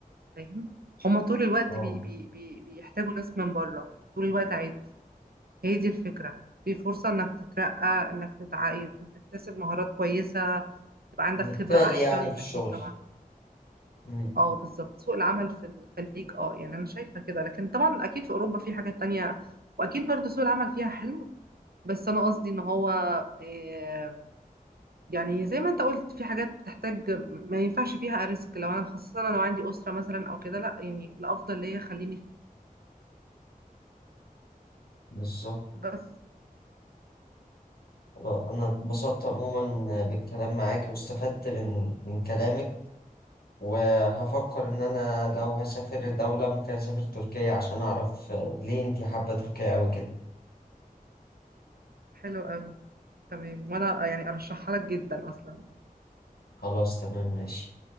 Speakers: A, on the right; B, on the left.
A: فاهم هما طول الوقت
B: اه
A: بي بي بي بيحتاجوا ناس من بره طول الوقت عايز هي دي الفكرة في فرصة انك تترقى انك تتعاقد تكتسب مهارات كويسة تبقى عندك
B: نجتهد
A: خبرة احسن
B: يعني في الشغل
A: اكيد طبعا
B: مم.
A: اه بالظبط سوق العمل في الخليج اه يعني انا شايفة كده لكن طبعا اكيد في اوروبا في حاجات تانية واكيد برضو سوق العمل فيها حلو بس انا قصدي ان هو آه، يعني زي ما انت قلت في حاجات بتحتاج ما ينفعش فيها ريسك لو انا خاصة لو عندي أسرة مثلا او كده لا يعني الافضل ليا خليني في
B: بالظبط
A: بس
B: خلاص. أنا اتبسطت عموما بالكلام معاك واستفدت من من كلامك وهفكر إن أنا لو هسافر دولة ممكن أسافر تركيا عشان أعرف ليه أنتي حابة تركيا أوي كده
A: حلو قوي تمام وانا يعني ارشحها لك جدا اصلا
B: خلاص تمام ماشي